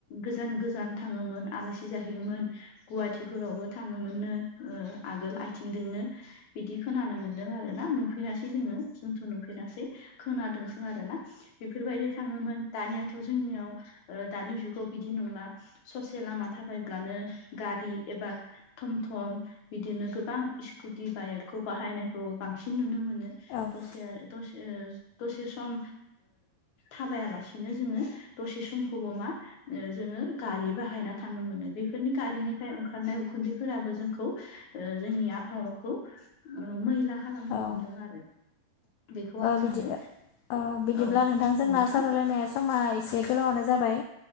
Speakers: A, on the left; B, on the left.
A: गोजान गोजान थाङोमोन आलासि जाहैयोमोन गुवाहाटिफोरावबो थाङोमोननो ओ आगोल आथिंजोंनो बिदि खोनानो मोनदों आरो ना नुफेरासै जोङो जों नुफेरासै खोनादोंसो आरो ना बेफोरबायदि थाङोमोन दानियाथ' जोंनियाव दानि जुगाव बिदि नंला ससे लामा थाबायब्लानो गारि एबा थम थम बिदिनो गोबां स्कुटि बाइकखौ बाहायनायखौ बांसिन नुनो मोनो
B: औ
A: दसे द दसे सम थाबायालासिनो जोङो दसे समखौबो मा जोङो गारि बाहायना थांनो मोनो बेफोरनि गारिनिफ्राय ओंखारनाय उखुन्दैफोराबो जोंखौ जोंनि आफहावाखौ मैला खालामनो
B: औ
A: हमदों
B: औ
A: आरो। बेखौ आं
B: बिदि
A: सानो
B: बिदिब्ला
A: औ
B: नोंथांजोंना
A: औ नोंथां
B: सावरायलायनाय समा एसे गोलावनो जाबाय